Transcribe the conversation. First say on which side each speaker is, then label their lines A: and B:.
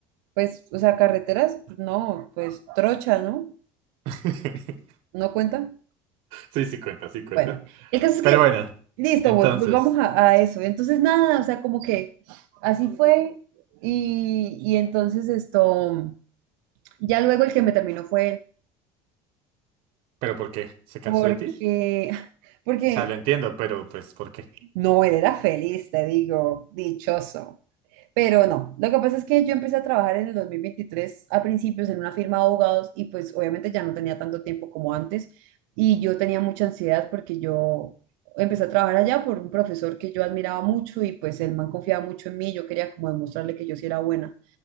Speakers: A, on the right (about 90°); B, on the right (about 60°).
A: Pues, o sea, carreteras, no, pues trocha, ¿no?
B: <laughs>
A: ¿No cuenta?
B: Sí, sí cuenta, sí cuenta.
A: Bueno, el caso es
B: Pero
A: que,
B: bueno,
A: listo,
B: entonces,
A: vol- volvamos a, a eso. Entonces, nada, o sea, como que así fue. Y, y entonces esto, ya luego el que me terminó fue él,
B: ¿pero por qué? ¿Se cansó
A: porque,
B: de ti?
A: <laughs> porque
B: O sea, lo entiendo, pero pues, ¿por qué?
A: No, él era feliz, te digo, dichoso. Pero no, lo que pasa es que yo empecé a trabajar en el 2023 a principios en una firma de abogados y pues obviamente ya no tenía tanto tiempo como antes y yo tenía mucha ansiedad porque yo empecé a trabajar allá por un profesor que yo admiraba mucho y pues el man confiaba mucho en mí, yo quería como demostrarle que yo sí era buena.